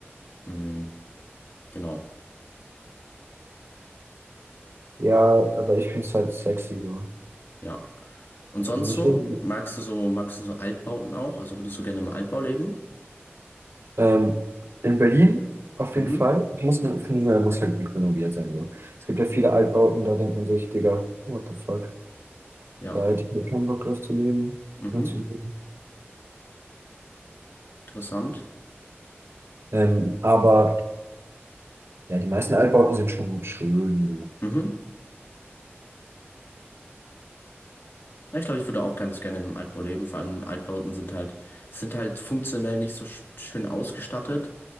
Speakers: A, on the left; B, on the right.
A: Mhm, genau,
B: ja, aber ich finde es halt sexy so.
A: ja. Und sonst
B: Nicht
A: so,
B: irgendwie-
A: magst du so, magst du so Altbauten auch? Also würdest du gerne im Altbau leben?
B: ähm, in Berlin auf
A: Mhm,
B: jeden Fall. Ich muss, nur- finde nur, er muss halt gut renoviert sein. So. Es gibt ja viele Altbauten, da denkt man sich, Digga, what the fuck?
A: ja,
B: Da hätte ich mir keinen Bock drauf zu leben.
A: mhm,
B: drin zu leben.
A: interessant.
B: Ähm, aber ja, die meisten Altbauten sind schon gut schön. So.
A: Mhm. Ja, Ich glaube, ich würde auch ganz gerne in einem Altbau leben. Vor allem Altbauten sind halt, sind halt funktionell nicht so sch- schön ausgestattet.